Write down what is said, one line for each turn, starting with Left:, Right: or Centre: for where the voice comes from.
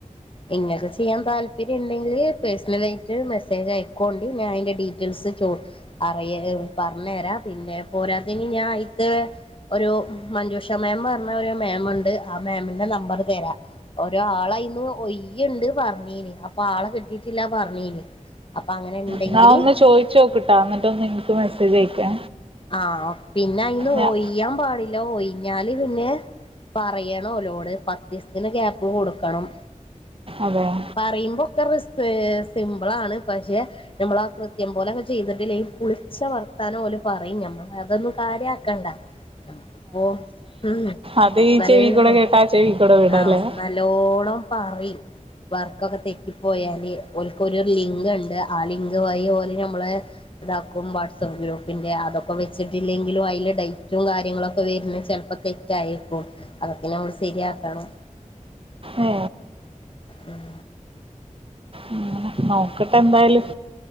Left: ഇങ്ങൊക്കെ ചെയ്യാൻ താല്പര്ം പിന്നെ ഉണ്ടെങ്കിൽ പേഴ്സണല ആയിട്ട് മെസ്സേജ് ആയിക്കോണ്ട് ഞാൻ അതിൻ്റെ ഡീറ്റെയിൽസ് ച അറിയാ പർഞ്ഞേരാ പിന്നെ പോരാത്തീന് ഞാൻ അയ് ത്തെ ഒരു മഞ്ജുഷാ മാം പറഞ്ഞ ഒരു മാമുണ്ട് ആ മാമിന്റെ നമ്പറ്തരാ ഒരു ആളയിന്ന് ഒയ്യുണ്ട് പറഞ്ഞീന് അപ്പൊ ആളെ കിട്ടീറ്റില്ല പറഞ്ഞീന് അങ്ങനെ ഇണ്ടെങ്കില്
Right: എന്നാ ഒന്ന് ചോയിചോക്ക്ട്ടാ എന്നിട്ട് ഒന്നിൻക്ക് മെസ്സേജ് അയക്കേ
Left: ആ പിന്നെ അയിന്ന്
Right: ഞാ
Left: ഒയ്യാൻ പാടില്ല ഒയി ഞ്ഞാല് പിന്നെ പറയണം ഓലോട് പത്തിസ്ത്തിന് ഗ്യാപ്പ് കൊടുക്കണം
Right: അതെ.
Left: പറയുമ്പോ ഒക്കെ റിസ് ഏ സിമ്പിൾ ആണ് പക്ഷേ നമ്മളാ കൃത്യം പോലൊക്കെ ചെയ്തിട്ട്ല്ലേ പുളിച്ച വർത്താനം ഓല് പറയും നമ്മളെ അതൊന്നും കാര്യാക്കണ്ടാ ഞമ്മക്ക് ഇപ്പൊ ഉം.
Right: അത് ഈ
Left: നല്ലഹോം
Right: ചെവി കൂടെ കേട്ടാ ആ ചെവി കൂടെ വിടല്ലേ
Left: ആ നല്ലോണം പറിം വർക്കൊക്കെ തെറ്റിപ്പോയാല് ഓൽക്ക് ഒരു ലിങ്ക്ണ്ട് ആ ലിങ്ക് വഴി ഓല് നമ്മളെ ഇതാക്കും വാട്സപ്പ് ഗ്രൂപ്പിന്റെ അതൊക്കെ വെച്ചിട്ടില്ലെങ്കിലും അയ്ല് ഡൈറ്റും കാര്യങ്ങളൊക്കെ വര്ന്നത് ചെലപ്പോ തെറ്റായേക്കും അതൊക്കെ നമ്മള് ശരിയാക്കണം
Right: ഏ
Left: ഉം
Right: അങ്ങനെ നോക്കട്ടെ എന്തായാലും